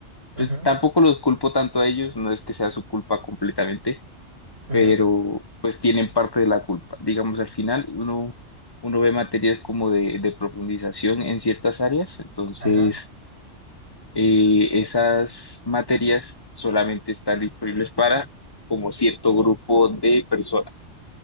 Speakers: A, on the right; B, on the left.
A: Ujú,
B: pues tampoco los culpo tanto a ellos, no es que sea su culpa completamente,
A: ujú,
B: pero pues tienen parte de la culpa. Digamos, al final uno, uno ve materias como de, de profundización en ciertas áreas, entonces
A: Ajá.
B: eh, esas materias solamente están disponibles para como cierto grupo de personas, o